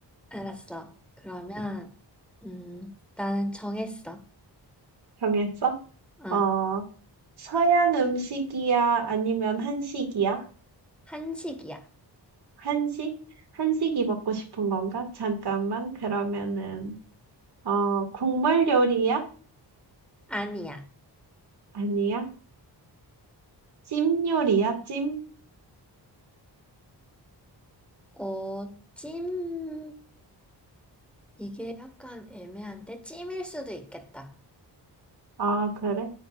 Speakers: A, in the centre; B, on the right.
A: 알았어. 그러면, 음, 나는 정했어.
B: 정했어?
A: 어,
B: 어 서양 음식이야? 아니면 한식이야?
A: 한식이야.
B: 한식? 한식이 먹고 싶은 건가? 잠깐만. 그러면은 어 국물 요리야?
A: 아니야.
B: 아니야? 찜 요리야? 찜?
A: 어, 찜, 이게 약간 애매한데, 찜일 수도 있겠다.
B: 아, 그래?